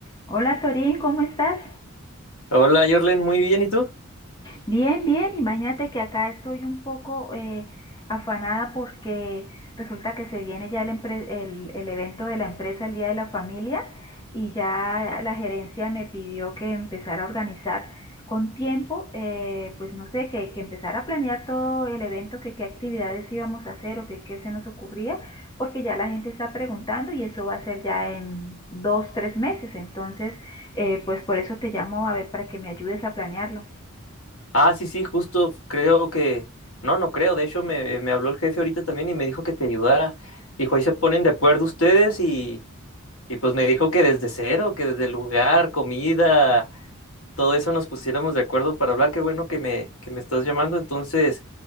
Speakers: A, on the left; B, on the left.
A: Hola Torín, ¿cómo estás?
B: Hola, Jorlen, muy bien, ¿y tú?
A: Bien, bien, imagínate que acá estoy un poco eh, afanada porque resulta que se viene ya el, empre- el, el evento de la empresa, el Día de la Familia, y ya la gerencia me pidió que empezara a organizar con tiempo, eh, pues no sé, que, que empezara a planear todo el evento, que qué actividades íbamos a hacer o que qué se nos ocurría, porque ya la gente está preguntando y eso va a ser ya en dos, tres meses, entonces, eh, pues por eso te llamo a ver para que me ayudes a planearlo.
B: Ah, sí, sí, justo creo que... No, no creo, de hecho me, me habló el jefe ahorita también y me dijo que te ayudara. Dijo, ahí se ponen de acuerdo ustedes y, y pues me dijo que desde cero, que desde el lugar, comida, todo eso nos pusiéramos de acuerdo para hablar. Qué bueno que me, que me estás llamando. Entonces,